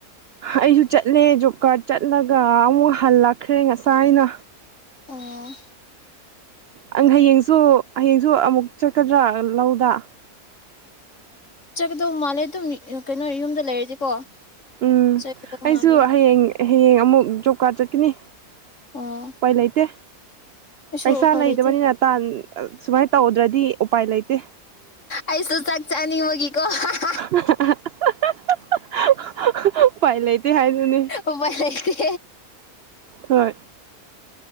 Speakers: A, on the right; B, on the left.
A: ꯑꯩꯁꯨ ꯆꯠꯂꯦ ꯖꯣꯕ ꯀꯥꯔꯗ ꯆꯠꯂꯒ ꯑꯃꯨꯛ ꯍꯜꯂꯛꯈ꯭ꯔꯦ ꯉꯁꯥꯏꯅ
B: ꯑꯣ
A: ꯑꯪ ꯍꯌꯦꯡꯁꯨ ꯍꯌꯦꯡꯁꯨ ꯑꯃꯨꯛ ꯆꯠꯀꯗ꯭ꯔꯥ ꯂꯧꯗ
B: ꯆꯠꯀꯗꯧ ꯃꯥꯜꯂꯦ ꯑꯗꯨꯝ <unintelligible> ꯀꯩꯅꯣ ꯌꯨꯝꯗ ꯂꯩꯔꯗꯤꯀꯣ
A: ꯎꯝ
B: ꯆꯠꯀꯗꯧ
A: ꯑꯩꯁꯨ
B: ꯃꯥꯜꯂꯦ
A: ꯍꯌꯦꯡ ꯍꯌꯦꯡ ꯑꯃꯨꯛ ꯖꯣꯕ ꯀꯥꯔꯗ ꯆꯠꯀꯅꯤ
B: ꯑꯣ
A: ꯎꯄꯥꯏ ꯂꯩꯇꯦ
B: ꯑꯩꯁꯨ
A: ꯄꯩꯁꯥ
B: ꯎꯄꯥꯏ
A: ꯂꯩꯗꯕꯅꯤꯅ
B: ꯂꯩꯇꯦ
A: ꯇꯥꯟ ꯁꯨꯃꯥꯏꯟ ꯇꯧꯗ꯭ꯔꯗꯤ ꯎꯄꯥꯏ ꯂꯩꯇꯦ
B: ꯑꯩꯁꯨ ꯆꯥꯛ ꯆꯥꯅꯤꯡꯕꯒꯤꯀꯣ <unintelligible>
A: <inaudible> ꯄꯥꯏ ꯂꯩꯇꯦ ꯍꯥꯏꯗꯨꯅꯦ
B: ꯎꯄꯥꯏ ꯂꯩꯇꯦ
A: ꯍꯣꯏ